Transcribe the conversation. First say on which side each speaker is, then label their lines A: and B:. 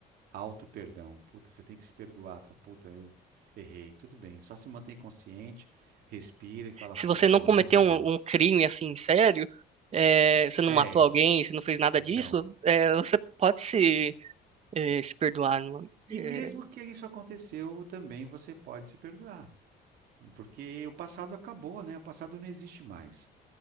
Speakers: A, on the right; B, on the right.
A: Auto-perdão. Puta, você tem que se perdoar. Fala, Puta, eu errei. Tudo bem. Só se mantém consciente, respira e fala,
B: Se
A: puta,
B: você não
A: meu,
B: cometeu
A: me perdão.
B: um, um crime assim sério, é, você não
A: É,
B: matou alguém, você não fez nada
A: então.
B: disso, é, você pode se, é, se perdoar. não é?
A: E
B: É,
A: mesmo que isso aconteceu, também você pode se perdoar, porque o passado acabou, né? O passado não existe mais.